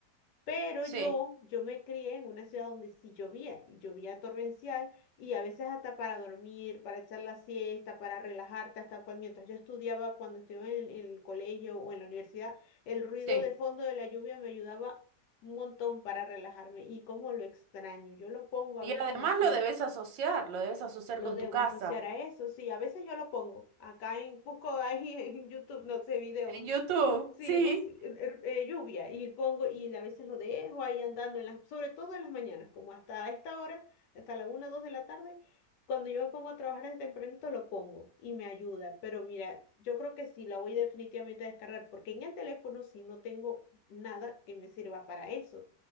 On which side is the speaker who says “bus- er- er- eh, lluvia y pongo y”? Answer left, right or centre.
Left